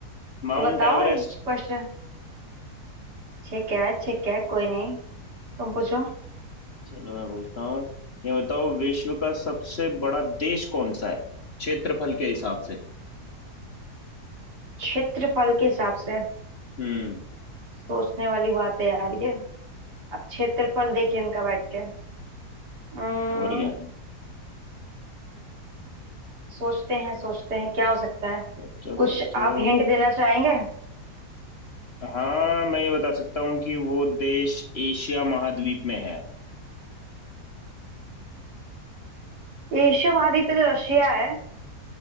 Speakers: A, on the left; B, on the right.
A: Mount
B: तो बताओ
A: Everest
B: क्वेश्चन ठीक है ठीक है कोई नहीं तुम पूछो
A: चलो मैं पूछता हूँ ये बताओ विश्व का सबसे बड़ा देश कौन सा है क्षेत्रफल के हिसाब से
B: क्षेत्रफल के हिसाब से
A: हम्म
B: सोचने वाली बात है यार ये अब क्षेत्रफल देखें इनका बैठ के अम्म,
A: और क्या
B: सोचते हैं सोचते हैं क्या हो सकता है
A: सोचो
B: कुछ
A: सोचो
B: आप हिंट देना चाहेंगे
A: हाँ मैं ये बता सकता हूँ कि वो देश एशिया महाद्वीप में है
B: एशिया महाद्वीप पे तो रशिया है